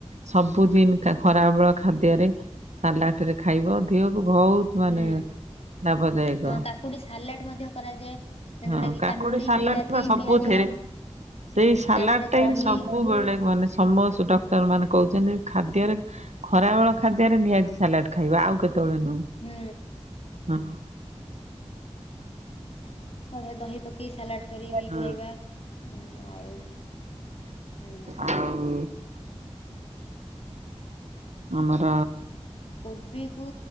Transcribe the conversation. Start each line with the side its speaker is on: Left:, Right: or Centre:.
Right: ସବୁଦିନ ଖରାବେଳ ଖାଦ୍ୟରେ ସାଲାଟରେ ଖାଇବ। ଦେହକୁ ବହୁତ ମାନେ।
Left: ହୁଁ
Right: ଲାଭଦାୟକ
Left: ହଁ କାକୁଡି ସାଲାଟ୍ ମଧ୍ୟ କରାଯାଏ
Right: ହଁ
Left: ଯୋଉଟା କି କାକୁଡି
Right: ସାଲାଡ
Left: ବିଲାତି
Right: ବା ସବୁଥିରେ
Left: ପିଆଜ।
Right: ସେଇ
Left: ହୁଁ
Right: ସାଲାଟ୍
Left: ତା ଦେହରେ
Right: ଟା
Left: ଦହି
Right: ହିଁ ସବୁ। ମାନେ ସମସ୍ତେ ଡକ୍ଟର ମାନେ କହୁଛନ୍ତି ଖାଦ୍ୟରେ। ଖରାବେଳ ଖାଦ୍ୟରେ ନିହାତି ସାଲାଟ୍ ଖାଇବା ଆଉ କେତେବେଳେ ନୁହେଁ।
Left: ହୁଁ।
Right: ହଁ। <inaudible>
Left: ତା ପରେ ଦହି ପକେଇ ସାଲାଟ୍ କରିକି ବିି
Right: ହଁ
Left: ଖାଇବା। ହୁଁ ଆଉ ହୁଁ।
Right: ଆଉ ଆମର।
Left: କୋବିକୁ